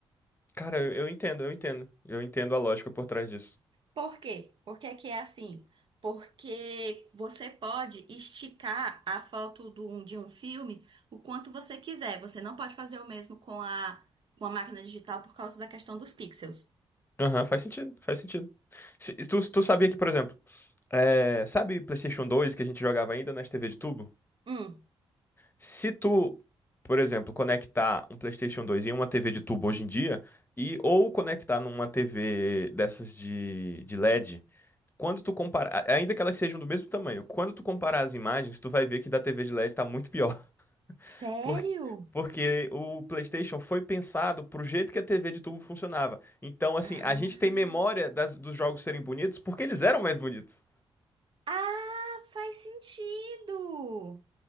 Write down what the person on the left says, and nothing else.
Cara, eu, eu entendo, eu entendo. Eu entendo a lógica por trás disso.
Aham, faz sentido, faz sentido. Se, tu, tu sabia que, por exemplo, é, sabe PlayStation 2 que a gente jogava ainda nas TV de tubo?
Se tu, por exemplo, conectar um PlayStation 2 em uma TV de tubo hoje em dia, e ou conectar numa TV dessas de, de LED, quando tu comparar, ainda que elas sejam do mesmo tamanho, quando tu comparar as imagens, tu vai ver que da TV de LED tá muito pior.
Por- Porque o PlayStation foi pensado pro jeito que a TV de tubo funcionava. Então, assim,
a gente tem memória das- dos jogos serem bonitos porque eles eram mais bonitos.